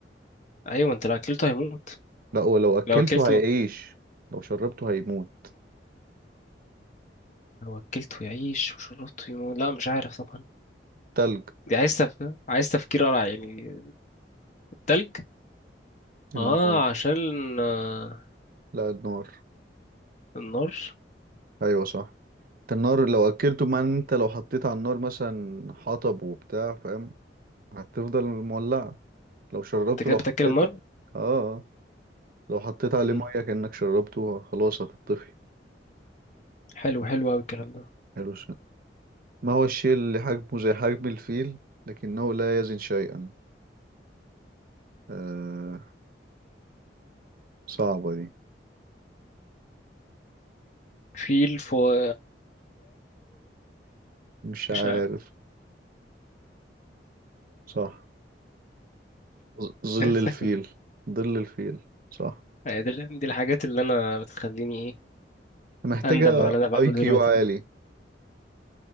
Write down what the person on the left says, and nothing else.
ايوه انت لو اكلته هيموت
لو اكلته
لو اكلته يعيش وشربته يموت لا مش عارف طبعا
دي عايز تف... عايز تفكير رائع يعني التلج
اه عشان آه،
النار
انت كده
بتاكل
النار
مم.
حلو حلو قوي الكلام ده
في الفو
مش
عارف
<laughs>
يعني دي دي الحاجات اللي انا بتخليني ايه
اندم على اللي انا
بعمله
دلوقتي
ده